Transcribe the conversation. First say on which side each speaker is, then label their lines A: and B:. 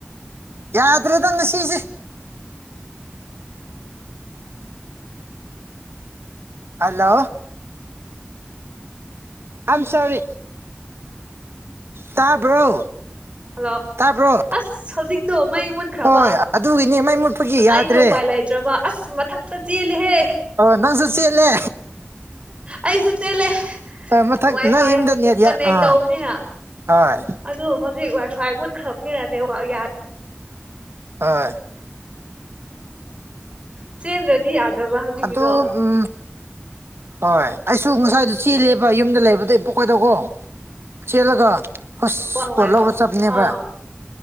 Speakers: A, on the right; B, on the right.
A: ꯌꯥꯗ꯭ꯔꯦꯗ ꯉꯁꯤꯁꯦ ꯍꯜꯂꯣ ꯑꯝ ꯁꯣꯔꯤ ꯇꯥꯕ꯭ꯔꯣ
B: ꯍꯜꯂꯣ
A: ꯇꯥꯕ꯭ꯔꯣ
B: ꯑꯁ ꯍꯧꯖꯤꯛ ꯇꯣ ꯃꯩ ꯃꯨꯠꯈ꯭ꯔꯕ
A: ꯍꯣꯏ ꯑꯗꯨꯒꯤꯅꯤ ꯃꯩ ꯃꯨꯠꯄꯒꯤ
B: ꯑꯩꯗꯣ
A: ꯌꯥꯗ꯭ꯔꯦ
B: ꯎꯄꯥꯏ ꯂꯩꯇ꯭ꯔꯕ ꯑꯁ ꯃꯠ ꯊꯛꯇ ꯆꯦꯂꯤꯍꯦ
A: ꯑꯣ ꯅꯪ ꯁꯨ ꯆꯦꯜꯂꯦ
B: ꯑꯩꯁꯨ ꯆꯦꯜꯂꯦ
A: ꯃꯊꯛ
B: ꯋꯥꯏꯐꯥꯏ
A: ꯅꯪ ꯌꯨꯝꯗ ꯅꯦꯠ
B: ꯀꯟꯅꯦꯛ
A: ꯌꯥ ꯑꯥ
B: ꯇꯧꯕꯅꯤꯅ
A: ꯍꯣꯏ
B: ꯑꯗꯨ ꯍꯧꯖꯤꯛ ꯋꯥꯏꯐꯥꯏ ꯃꯨꯠꯈ꯭ꯔꯕꯅꯤꯅ ꯅꯦꯋꯥꯛ ꯌꯥ
A: ꯍꯣꯏ
B: ꯆꯦꯟꯗ꯭ꯔꯗꯤ ꯌꯥꯗ꯭ꯔꯕ ꯍꯧꯖꯤꯛꯀꯤꯗꯣ
A: ꯑꯗꯣ ꯎꯝ ꯍꯣꯏ ꯑꯩꯁꯨ ꯉꯁꯥꯏꯗꯨ ꯆꯦꯜꯂꯦꯕ ꯌꯨꯝꯗ ꯂꯩꯕꯗꯩ ꯄꯣꯛꯀꯣꯏꯗ ꯀꯣ ꯆꯦꯜꯂꯒ ꯍꯁ
B: ꯅꯨꯡꯉꯥꯏꯕꯣ
A: ꯄꯣꯠ ꯂꯧꯕ ꯆꯞꯅꯦꯕꯥ
B: ꯑꯥ